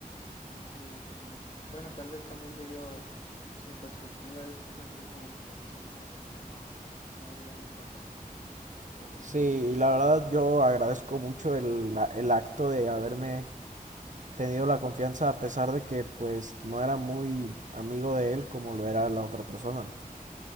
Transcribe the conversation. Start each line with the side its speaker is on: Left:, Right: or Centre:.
Left: sí, como, bueno, tal vez también debió, su perspectiva es la misma de que son cosas que no, no deberían de pasar, ¿no? Y por eso.
Right: Sí, y la verdad yo agradezco mucho el, el acto de haberme tenido la confianza a pesar de que pues no era muy amigo de él como lo era la otra persona.